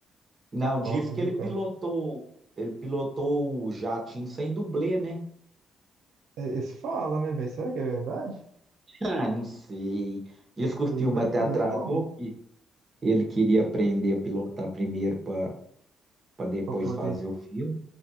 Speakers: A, on the right; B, on the right.
A: Não, diz
B: Top,
A: que
B: viu,
A: ele
B: cara?
A: pilotou. Ele pilotou o jatinho sem dublê, né?
B: É, Esse fala, né, velho? Será que é verdade?
A: Ah, não sei. Diz que
B: Ele
A: o filme
B: é,
A: até atrasou,
B: ele é bom.
A: Ele queria
B: E-
A: aprender a pilotar primeiro para para depois
B: Pra poder.
A: fazer o filme.